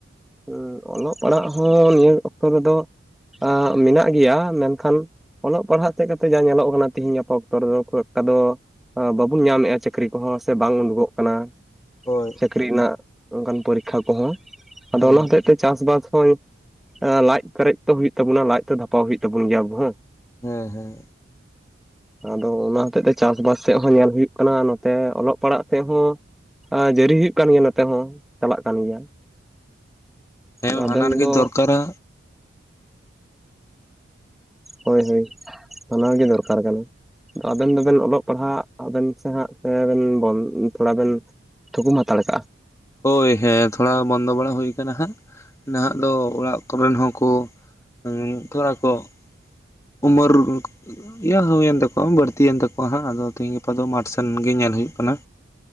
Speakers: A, in the centre; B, on the left (about 15°).
A: ᱦᱩᱸ ᱚᱞᱚᱜ ᱯᱟᱲᱦᱟᱜ ᱦᱚᱸ ᱱᱤᱭᱟᱹ ᱚᱠᱛᱚ ᱨᱮᱫᱚ ᱢᱤᱱᱟᱜ ᱜᱮᱭᱟ ᱢᱮᱱᱠᱷᱟᱱ ᱚᱞᱚᱜ ᱯᱟᱲᱦᱟᱜ ᱛᱮᱫ ᱠᱟᱛᱮ ᱡᱟ ᱧᱮᱞᱚᱜ ᱠᱟᱱᱟ ᱛᱤᱦᱤᱧ ᱜᱟᱯᱟ ᱚᱠᱛᱚ ᱨᱮᱫᱚ ᱠᱷᱩᱵ ᱮᱠᱴᱟ ᱫᱚ ᱵᱟᱵᱩᱱ ᱧᱟᱢᱮᱫᱼᱟ ᱪᱟᱹᱠᱨᱤ ᱠᱚᱦᱚᱸ ᱥᱮ ᱵᱟᱝ ᱩᱰᱩᱠᱚᱜ ᱠᱟᱱᱟ
B: ᱦᱳᱭ
A: ᱪᱟᱹᱠᱨᱤ ᱱᱟᱜ ᱚᱱᱠᱟᱱ ᱯᱚᱨᱤᱠᱷᱟ ᱠᱚᱦᱚᱸ᱾
B: ᱦᱮᱸ
A: ᱟᱫᱚ ᱚᱱᱟ ᱦᱚᱛᱮᱡ ᱛᱮ ᱪᱟᱥ ᱵᱟᱥ ᱦᱳᱸᱭ ᱞᱟᱡ ᱯᱨᱮᱡ ᱛᱚ ᱦᱩᱭᱩᱜ ᱛᱟᱵᱚᱱᱟ ᱞᱟᱡ ᱛᱚ ᱫᱷᱟᱟᱣ ᱦᱩᱭᱩᱜ ᱛᱟᱵᱚᱱ ᱜᱮᱭᱟᱵ ᱦᱮᱸ᱾
B: ᱦᱮᱸ ᱦᱮᱸ᱾
A: ᱟᱫᱚ ᱚᱱᱟ ᱦᱚᱛᱮᱜ ᱛᱮ ᱪᱟᱥᱵᱟᱥ ᱥᱮᱜ ᱦᱚᱸ ᱧᱮᱞ ᱦᱩᱭᱩᱜ ᱠᱟᱱᱟ᱾ ᱱᱚᱛᱮ ᱚᱞᱚᱜ ᱯᱟᱲᱦᱟᱜ ᱥᱮᱜ ᱦᱚᱸ ᱟᱨ ᱡᱟᱨᱤ ᱦᱩᱭᱩᱜ ᱠᱟᱱ ᱜᱮᱭᱟ ᱱᱚᱛᱮ ᱦᱚᱸ, ᱪᱟᱞᱟᱜ ᱠᱟᱱ ᱜᱮᱭᱟ
B: ᱦᱮᱸ
A: ᱟᱫᱚ
B: ᱵᱷᱟᱱᱟᱨ
A: ᱟᱵᱮᱱ
B: ᱜᱮ
A: ᱫᱚ
B: ᱫᱚᱨᱠᱟᱨᱟ᱾
A: ᱦᱳᱭ ᱦᱳᱭ ᱚᱱᱟ ᱜᱮ ᱫᱚᱨᱠᱟᱨ ᱠᱟᱱᱟ᱾ ᱟᱵᱮᱱ ᱫᱚᱵᱮᱱ ᱚᱞᱚᱜ ᱯᱟᱲᱦᱟᱜ ᱟᱵᱮᱱ ᱥᱮ ᱦᱟᱸ ᱛᱷᱚᱲᱟ ᱵᱮᱱ ᱛᱷᱩᱠᱩᱢ ᱦᱟᱛᱟᱲ ᱠᱟᱜᱼᱟ᱾
B: ᱦᱳᱭ ᱦᱮᱸ ᱛᱷᱚᱲᱟ ᱵᱚᱱᱫᱚ ᱵᱟᱲᱟ ᱦᱩᱭ ᱠᱟᱱᱟ᱾ ᱦᱟᱸᱜ ᱱᱟᱦᱟᱜ ᱫᱚ ᱚᱲᱟᱜ ᱠᱚᱨᱮᱱ ᱦᱚᱸᱠᱚ <unintelligible> ᱩᱢᱟᱨ ᱤᱭᱟᱹ ᱦᱩᱭᱮᱱ ᱛᱟᱠᱚᱣᱟ ᱵᱟᱹᱲᱛᱤᱭᱮᱱ ᱛᱟᱠᱚᱣᱟ ᱦᱟᱸᱜ, ᱟᱫᱚ ᱛᱤᱦᱤᱧ ᱜᱟᱯᱟ ᱫᱚ ᱢᱟᱴᱷ ᱥᱮᱱ ᱜᱮ ᱧᱮᱞ ᱦᱩᱭᱩᱜ ᱠᱟᱱᱟ᱾